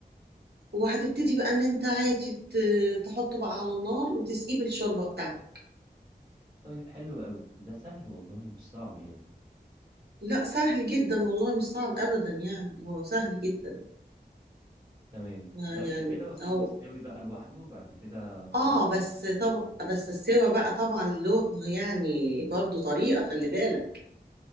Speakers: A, on the right (about 75°); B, on the right (about 30°).
A: وهتبتدي بقى ان انت عادي ت- تحطه بقى على النار وتسقيه بالشوربه بتاعتك
B: طيب حلو قوي ده سهل والله مش صعب يعني
A: لا سهل جدا والله مش صعب ابدا يعني هو سهل جدا
B: تمام
A: ما
B: بس
A: يعني
B: كده وأسيبه
A: او
B: يستوي بقى لوحده بعد كده خلاص
A: اه بس طب بس السوا بقى طبعا له يعني برضو طريقة خلي بالك